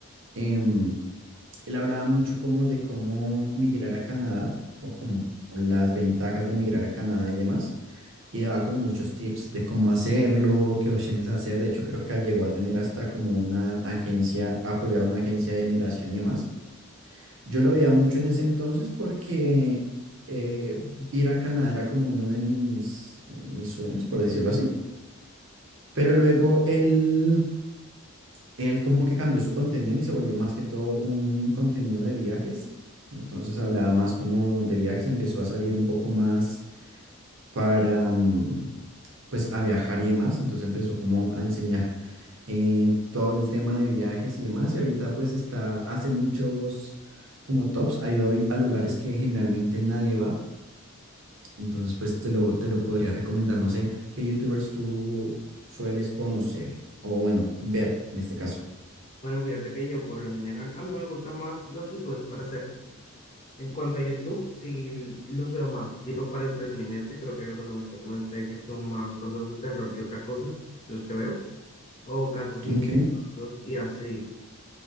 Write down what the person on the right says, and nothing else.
em, él hablaba mucho como de cómo migrar a Canadá o como las ventajas de migrar a Canadá y demás. Y daba como muchos tips de cómo hacerlo, qué opciones hacer. De hecho, creo que llegó a tener hasta como una agencia, apoyar a una agencia de migración y demás. Yo lo veía mucho en ese entonces porque eh, ir a Canadá era como uno de mis, eh, mis sueños, por decirlo así. Pero luego él él como que cambió su contenido y se volvió más que todo un contenido de viajes. Entonces hablaba más como de viajes, empezó a salir un poco más para, mm, pues a viajar y demás. Entonces empezó como a enseñar eh, todo el tema de viajes y demás. Y ahorita pues está, hace muchos como tops, ha ido a, vi- a lugares que generalmente nadie va. Entonces pues te lo, te lo podría recomendar. No sé qué youtubers tú sueles conocer o bueno, ver en este caso.
Ok.